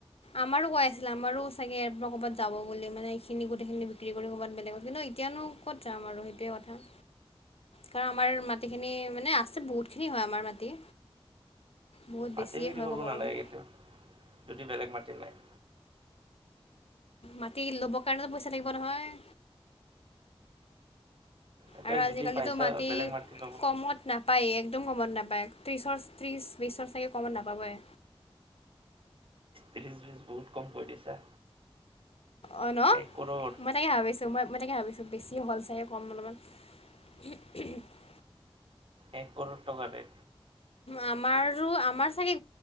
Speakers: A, on the left (about 70°); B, on the right (about 60°).
A: আমাৰো কৈ আছিলে, আমাৰো চাগে ইয়াৰ পৰা ক'ৰবাত যাব গ'লে মানে এইখিনি গোটেইখিনি বি বিক্ৰী কৰি ক'ৰবাত বেলেগত কিন্তু এতিয়ানো ক'ত যাম আৰু সেইটোৱে কথা। কাৰণ আমাৰ মাটিখিনি মানে আছে বহুতখিনি হয় আমাৰ মাটি। বহুত
B: মাটি
A: বেছিয়ে
B: বিক্ৰী
A: হয়
B: কৰিব
A: ক'ব
B: নালাগে
A: গ'লে
B: কেতিয়াও যদি বেলেগ মাটি নাই।
A: মাটি ল'বৰ কাৰণেতো পইচা থাকিব নহয়।
B: এতিয়া
A: আৰু আজিকালিতো
B: যদি পাইছা
A: মাটি
B: বেলেগ মাটি ল'ব কাৰণে
A: কমত না নাপায়ে একদম কমত নাপায়, ত্ৰিছৰ ত্ৰিছ বিছৰ চাগে কমত নাপাবয়ে।
B: ত্ৰিছ বিছ বহুত কম কৈ দিছা।
A: অ' ন'
B: এক কৰোৰ
A: মই তাকে ভাবিছোঁ, মই মই তাকে ভাবিছোঁ বেছি হ'ল চাগে কম অলপমান। <inaudible>
B: এক ক'ৰৰ টকা‌ দে।
A: আমাৰো আমাৰ চাগে